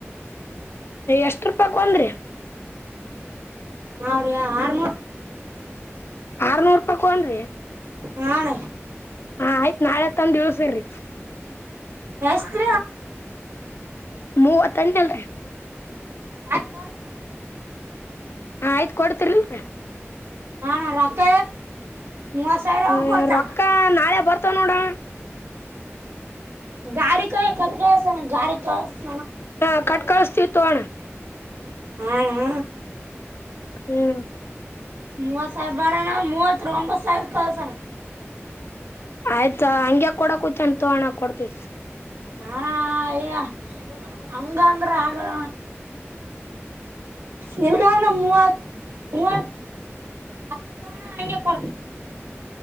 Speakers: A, on the left; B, on the right.
A: ಎಷ್ಟ ರೂಪಾಯ ಒಂದ್ರಿ
B: ನಾವ್ರ ಆರ್ಲ
A: ಆರ್ನೂರ್ ರೂಪಾಯಕ ಒಂದು
B: ಹಾಣ
A: ಹ ಆಯ್ತು ನಾಳೆ ಹತ್ತಂದ ದಿವ್ಸ ಇರರಿ
B: ಎಷ್ಟತ್
A: ಮೂವತ್ತಂಂತ ಅಲ್ರಿ
B: ಅ ಬರರ
A: ಹ ಆಯ್ತು ಕೊಡ್ತರಿಲ್ರಿ
B: ಹ ನಾ ರಕ್ಕ ಮೂ ಸಹರ
A: ಹ್ಮ್
B: ಆ ಕೊಡ್ತಣ
A: ರೊಕ್ಕ ನಾಳೆ ಬರ್ತಾವ ನೋಡಣ
B: ಗಾಡಿ ಕಾಯ ಕತ್ತ ಕಸಣ ಗಾರ ಕಸ
A: ಹಾ ಕಟ್ ಕಳಸ್ತೀವಿ ತೋಣ
B: ಹಾ ಹಾ
A: ಹ್ಮ್
B: ಮೂವತ್ ಸಾವಿರ ಬಾಡಣ ಮೂವತ್ ಒಂಬತ್ತು ಸಾವಿರ ಕಳಸಣ
A: ಆಯ್ತಾ ಹಂಗೆ ಕೊಡಕೂಚನ್ ತೋಗಣ ಕೊಡ್ತ
B: ಹ ಹಂಗ ಅಂದ್ರ ಆಗಣ ನಿಲ್ ಕಾರಣ ಮೂವತ್ತು ಇ ಅತಟ ಅಂಜೆ ಕೊಡ